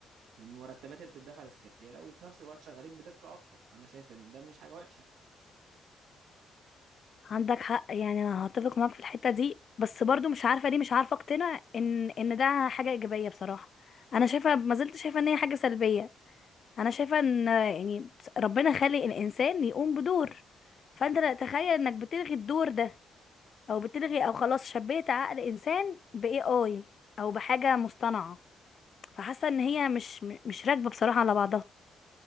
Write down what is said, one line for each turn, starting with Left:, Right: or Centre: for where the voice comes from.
Right: المرتبات اللي بتدفع للسكرتيرة وفي نفس الوقت شغالين بدقة أكتر فأنا شايف إن ده مش حاجة وحشة
Left: عندك حق يعني انا هتفق معاك في الحته دي بس برضو مش عارفه ليه مش عارفه اقتنع ان ان ده حاجه ايجابيه بصراحه انا شايفه ما زلت شايفه ان هي حاجه سلبيه انا شايفه ان يعني ربنا خلق الانسان يقوم بدور فانت لا تخيل انك بتلغي الدور ده او بتلغي او خلاص شبيت عقل انسان باي اي او بحاجه مصطنعه فحاسه ان هي مش مش راكبه بصراحه على بعضها